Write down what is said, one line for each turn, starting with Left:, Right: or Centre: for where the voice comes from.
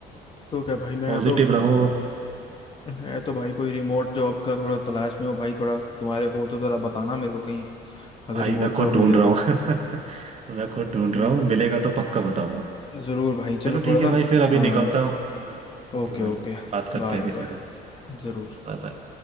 Left: तो क्या भाई मैं
Right: पॉजिटिव
Left: तो
Right: रहो
Left: मैं तो भाई कोई रिमोट जॉब का थोड़ा तलाश में हो भाई थोड़ा तुम्हारे हो तो जरा बताना मेरे को कहीं अगर
Right: भाई
Left: रिमोट
Right: मैं
Left: जॉब
Right: खुद ढूंढ
Left: मिले
Right: रहा
Left: तो
Right: हूँ <laughs> मैं खुद ढूंढ
Left: हम्म
Right: रहा हूँ मिलेगा तो पक्का बताऊंगा
Left: जरूर भाई चलो
Right: चलो
Left: थोड़ा
Right: ठीक
Left: ना
Right: है भाई फिर अभी
Left: हाँ
Right: निकलता हूँ हम्म ओके
Left: Okay
Right: भाई
Left: okay
Right: बात करते
Left: Bye
Right: हैं किसी
Left: bye
Right: दिन
Left: जरूर
Right: Bye bye